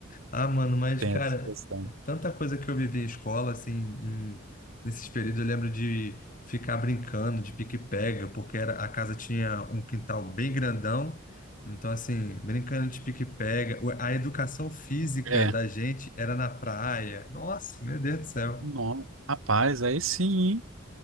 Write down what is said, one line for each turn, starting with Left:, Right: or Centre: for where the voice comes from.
Left: Ah, mano, mas,
Right: Tem
Left: cara,
Right: essa questão.
Left: é tanta coisa que eu vivi em escola, assim, em- nesses períodos, eu lembro de ficar brincando de pique-pega, porque era, a casa tinha um quintal bem grandão, então, assim, brincando de pique-pega, O- a educação física
Right: É,
Left: da gente era na praia, nossa, meu Deus do céu.
Right: não, rapaz, aí sim, hein?